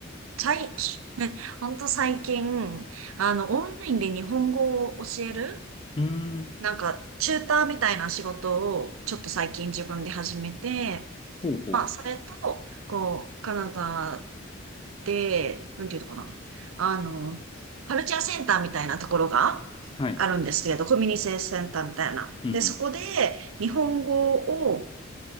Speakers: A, on the right; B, on the left.
A: 最近、<laughs> ほんと最近、あの、オンラインで日本語を教える、
B: うーん。
A: なんか、チューターみたいな仕事を、ちょっと最近自分で始めて、
B: ほうほ
A: まあ、それと、こう、カナダで、なんていうのかな。あの、カルチャーセンターみたいなところがあるんですけど、
B: う。はい。
A: コミュニティセンターみたいな。
B: うんうん。
A: で、そこで日本語を、